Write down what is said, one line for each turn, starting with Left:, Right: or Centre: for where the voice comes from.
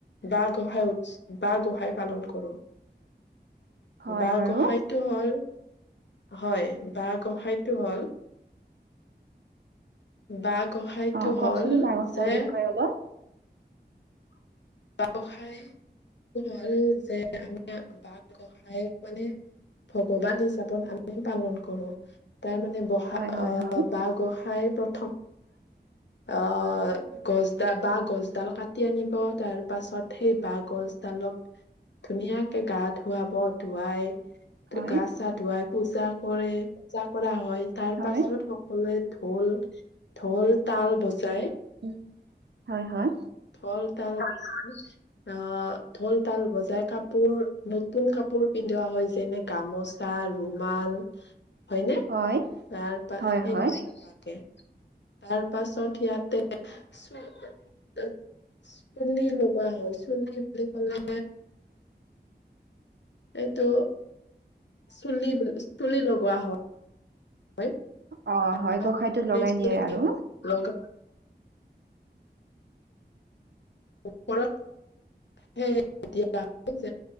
Left: ব গোঁসাঁই উৎস বা। গোসাঁই পালন কৰো।
Right: হয়
Left: বাঁহ
Right: বাৰু
Left: গোঁসাইটো হ'ল হয় বাঁহ গোসাঁইটো হ'ল। বা গোসাঁইটো
Right: অ কওকচোন
Left: হল
Right: বাৰসৰ
Left: যে
Right: বিষয়ে অলপ
Left: ব্যৱসায় হল যে আমি বাঘ গোহাঁইয়ে মানে ভগৱান হিচাপত আমি পালন কৰো। তাৰ মানে বহা
Right: হয় হয়
Left: অঁ
Right: হয়
Left: বাঁহ গোসাঁই প্ৰথম অঁ গছডাল বা গছডাল কাটি আনিব তাৰ পাছত সেই বাঁহ গছডালক ধুনীয়া। গা ধুৱাব, ধুৱাই
Right: হয়
Left: গা চা ধুৱাই পূজা কৰে। পূজা কৰা হয়। তাৰ
Right: হয়
Left: পাছত সকলোৱে ঢোল ঢোল তাল বজাই।
Right: উম হয় হয়।
Left: ঢোল, তাল আঁহ ঢোল তাল বজাই কাপোৰ নতুন কাপোৰ। কাপোৰ পিন্ধোৱা হয় যেনে গামোচা ৰুমাল হয়নে
Right: হয়
Left: তাৰপ
Right: হয়
Left: সেই
Right: হয়
Left: তাৰ পাছত ইয়াতে চুলি লগোৱা হয় চুলি বুলি কলে এইটো চুলি চুলি লগোৱা হয়।
Right: অ
Left: <unintelligible>
Right: হয় গোঁসাইটোত লগাই দিয়ে আৰু
Left: <inaudible> এতিয়া হয় যে